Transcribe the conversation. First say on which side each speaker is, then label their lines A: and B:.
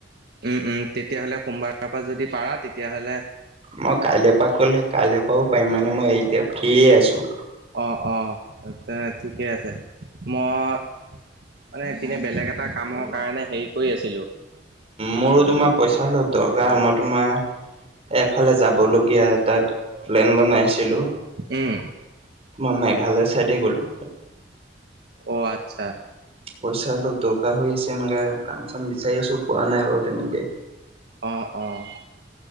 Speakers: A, on the right; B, on the right.
A: উম, উম, তেতিয়াহ'লে সোমবাৰৰ পৰা যদি পাৰা তেতিয়া হ'লে
B: মই কালি এ পৰা কলে কালি এ পৰাও পাৰিম মানে মই এতিয়া ফ্ৰি আছো।
A: অহ' অহ' তে ঠিকে আছে, মই। মানে
B: উম,
A: পিনে বেলেগ এটা কামৰ কাৰণে হেৰি কৰি আছিলো
B: মোৰো তোমাৰ পইচা ল দৰকাৰ মই তোমাৰ। এফালে যাবলগীয়াটাত প্লেন বনাইছিলো।
A: উম
B: মই মেঘালয় চাইডে গলোঁ।
A: অ আচ্ছা
B: পইচা অলপ দৰকাৰ হৈ আছে, এনেকা কাম চাম বিচাৰি আছোঁ পোৱা নাই বাৰু তেনেকে।
A: অহ - অহ।